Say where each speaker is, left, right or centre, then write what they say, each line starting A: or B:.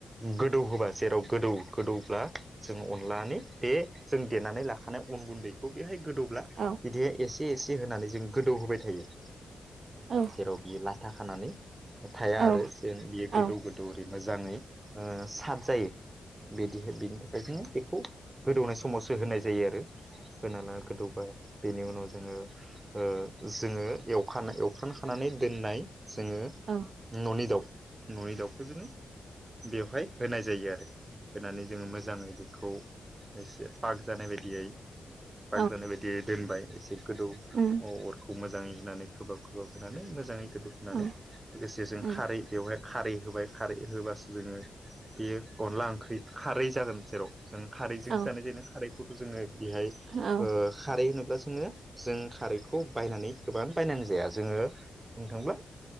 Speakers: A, on the right (about 25°); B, on the right (about 70°).
A: गोदौ होबा जेराव गोदौ गोदौब्ला जों अनलानि बे जों देनानै लाखानाय अन गुन्दैखौ बेहाय गोदौब्ला
B: औ
A: बिदिहाय एसे एसे होनानै जों गोदौ होबाय थायो।
B: औ
A: जेराव बियो लाथा खानानै थाया
B: औ
A: आरो
B: उम
A: जेन बियो
B: औ
A: गोदौ गोदौ ओरै मोजाङै साद जायो। बिदिहाय बिनि थाखाय जोङो बेखौ गोदौनाय समावसो होनाय जायो आरो। होनाला गोदौबा बेनि उनाव जोङो ओ जोङो एवखानाय एवखांखानानै दोननाय जोङो
B: उम
A: न'नि दाउ न'नि दाउखौ जोङो बेवहाय होनाय जायो आरो होनानै जोङो मोजाङै बेखौ एसे पाग जानाय बायदियै
B: औ
A: पाग जानाय बायदि दोनबाय एसे गोदौ अ
B: उम
A: अरखौ मोजाङै होनानै खोबहाब खोबहाब होनानै मोजाङै गोदौहोनानै
B: औ
A: लोगोसे जों
B: औ उम
A: खारै बेवहाय खारै होबाय खारै होबासो जोङो बेयो अनला ओंख्रि खारै जागोन जेराव जों खारैजोंसो
B: औ उम औ उम
A: जानाय जायो न खारैखौथ' जोङो बेहाय
B: औ उम औ उम औ उम
A: खारै होनोब्ला जोङो जों खारैखौ बायनानै गोबां बायनांगौ जाया जोङो बुंनो थांब्ला